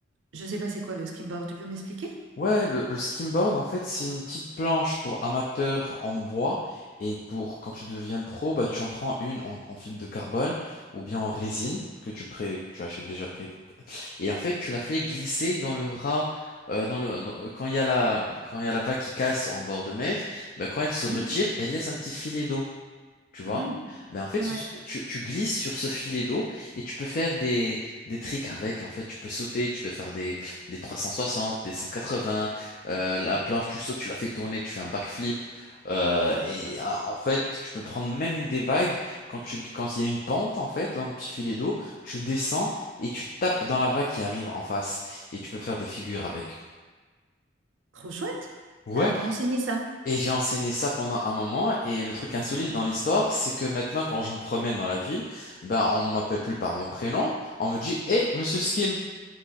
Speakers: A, on the right; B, on the left.
A: je sais pas c'est quoi le skimboard, tu peux m'expliquer?
B: Ouais, le, le skimboard, en fait, c'est une petite planche pour amateurs en bois. Et pour quand tu deviens pro, bah, tu en prends une en, en fibre de carbone ou bien en résine que tu, pré- que tu
A: D'accord.
B: achètes déjà prêt. Et en fait, tu la fais glisser dans le ras. euh, dans le, dans- quand il y a la, quand il y a la vague qui casse en bord de mer, bah, quand elle se
A: Mhm,
B: retire, elle laisse un petit filet d'eau. tu vois.
A: mhm.
B: Mais en fait,
A: Ouais,
B: tu, tu- tu glisses sur ce filet d'eau et tu peux faire des, des tricks avec. En fait, tu peux sauter, tu peux faire des, des 360, des 180. euh, la planche, tu sautes, tu la fais tourner, tu fais un backflip. Euh, et euh, en fait, tu peux prendre même des vagues quand tu, quand il y a une pente, en fait, dans le petit filet d'eau, tu descends et tu tapes dans la vague qui arrive en face. Et tu peux faire des figures avec.
A: trop chouette.
B: Ouais.
A: Alors t'as enseigné ça.
B: Et j'ai enseigné ça pendant un moment. Et le truc insolite dans l'histoire, c'est que maintenant, quand je me promène dans la ville, ben, on m'appelle plus par mon prénom. On me dit, Eh, Monsieur Skim.